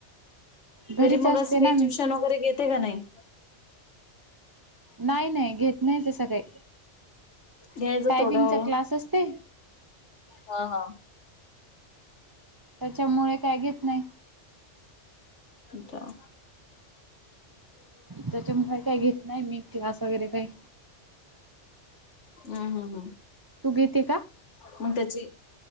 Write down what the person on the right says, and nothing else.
घरीच
असते
ना
मी
नाही नाही घेत नाही तसं काही,
टायपिंगचा
क्लास असते.
त्याच्यामुळे काय घेत नाही.
त्याच्यामुळे काही घेत नाही, मी क्लास वगैरे काही
तू घेते का?